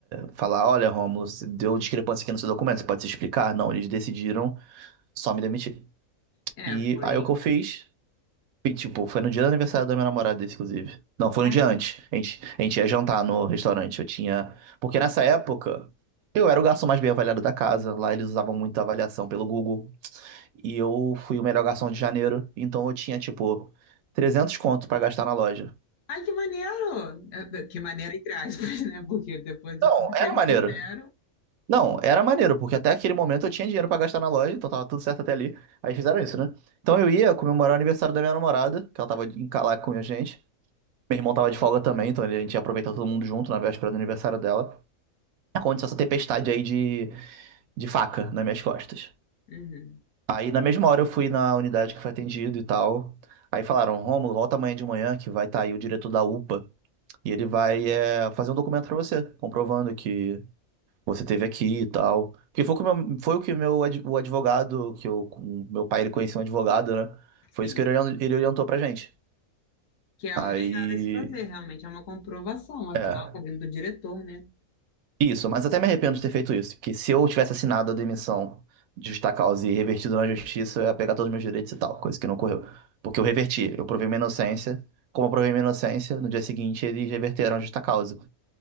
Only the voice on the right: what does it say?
Falar, olha, Rômulo, você deu discrepância aqui no seu documento, você pode se explicar? Não, eles decidiram só me demitir.
E
aí o que eu fiz? E, tipo, foi no dia do aniversário da minha namorada, esse, inclusive. Não, foi
um dia antes. A gente, a gente ia jantar no restaurante. Eu tinha. Porque nessa época, eu era o garçom mais bem avaliado da casa. Lá eles usavam muita avaliação pelo Google. E eu fui o melhor garçom de janeiro. Então eu tinha, tipo, 300 conto pra gastar na loja.
Não,
era
maneiro.
Não, era maneiro, porque até aquele momento eu tinha dinheiro pra gastar na loja, então tava tudo certo até ali. Aí fizeram isso, né? Então eu ia comemorar o aniversário da minha namorada, que ela tava em Calaca com a gente. Meu irmão tava de folga também, então a gente ia aproveitar todo mundo junto na véspera do aniversário dela. Aconteceu essa tempestade aí de, de faca nas minhas costas.
Aí na mesma hora eu fui na unidade que foi atendido e tal. Aí falaram, Rômulo, volta amanhã de manhã que vai estar aí o diretor da UPA e ele vai é, fazer um documento pra você, comprovando que você esteve aqui e tal. Porque foi, o que o meu- foi o que o meu ad- o advogado, que eu, o meu pai ele conhecia um advogado, né?
Foi isso que ele orien- ele orientou pra gente.
Aí,
é.
Isso, mas até me arrependo de ter feito isso, porque se eu tivesse assinado a demissão de justa causa e revertido na justiça, eu ia pegar todos os meus direitos e tal, coisa que não ocorreu. Porque eu reverti, eu provei minha inocência, como eu provei minha inocência, no dia seguinte eles reverteram a justa causa.